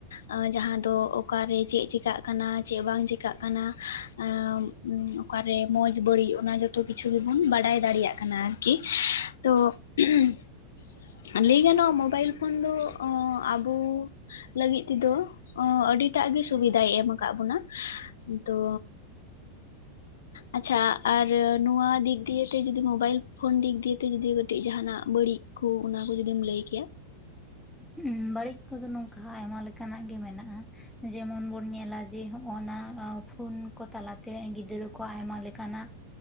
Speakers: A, on the left (about 60°); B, in the centre.
A: ᱟᱸ ᱡᱟᱦᱟᱸ ᱫᱚ ᱚᱠᱟᱨᱮ ᱪᱮᱜ ᱪᱤᱠᱟᱜ ᱠᱟᱱᱟ ᱪᱮᱜ ᱵᱟᱝ ᱪᱤᱠᱟᱜ ᱠᱟᱱᱟ, ᱟᱢᱼᱼ ᱩᱸ ᱚᱠᱟᱨᱮ ᱢᱚᱸᱡᱽ ᱵᱟᱹᱲᱤᱡ ᱚᱱᱟ ᱡᱚᱛᱚ ᱠᱤᱪᱷᱩ ᱜᱤᱵᱩᱱ ᱵᱟᱰᱟᱭ ᱫᱟᱲᱤᱭᱟᱜ ᱠᱟᱱᱟ ᱟᱨᱠᱤ᱾ ᱛᱚ ᱩᱸᱦᱩᱸ ᱞᱟᱹᱭ ᱜᱟᱱᱚᱜ-ᱟ ᱢᱳᱵᱟᱭᱤᱞ ᱯᱷᱩᱱ ᱫᱚ ᱟᱵᱩᱼᱼ ᱞᱟᱹᱜᱤᱫ ᱛᱮᱫᱚ ᱟᱹᱰᱤᱴᱟᱜ ᱜᱮ ᱥᱩᱵᱤᱫᱟᱭ ᱮᱢ ᱟᱠᱟᱜ ᱵᱚᱱᱟ, ᱫᱚᱼᱼ ᱟᱪᱪᱷᱟ ᱟᱨ ᱱᱩᱣᱟ ᱫᱤᱠ ᱫᱤᱭᱮ ᱛᱮ ᱡᱚᱫᱤ ᱢᱳᱵᱟᱭᱤᱞ ᱯᱷᱳᱱ ᱫᱤᱠ ᱫᱤᱭᱮ ᱡᱚᱫᱤ ᱠᱟᱹᱴᱤᱡ ᱡᱟᱦᱟᱸ ᱱᱟᱜ ᱵᱟᱹᱲᱤᱡᱼᱼ ᱠᱷᱩ ᱩᱱᱟ ᱠᱩ ᱡᱩᱫᱤᱢ ᱞᱟᱹᱭ ᱠᱮᱭᱟ?
B: ᱩᱸᱢ ᱵᱟᱹᱲᱤᱡ ᱠᱚᱫᱚ ᱱᱩᱝᱠᱟ ᱟᱭᱢᱟ ᱞᱮᱠᱟ ᱱᱟᱜ ᱜᱮ ᱢᱮᱱᱟᱜ-ᱟ᱾ ᱡᱮᱢᱚᱱ ᱵᱚᱱ ᱧᱮᱞᱟ ᱡᱮ ᱦᱚᱸᱜ-ᱚᱱᱟ ᱯᱷᱳᱱ ᱠᱚ ᱛᱟᱞᱟ ᱛᱮ ᱜᱤᱫᱽᱨᱟᱹ ᱠᱚ ᱟᱭᱢᱟ ᱞᱮᱠᱟ ᱱᱟᱜᱼᱼ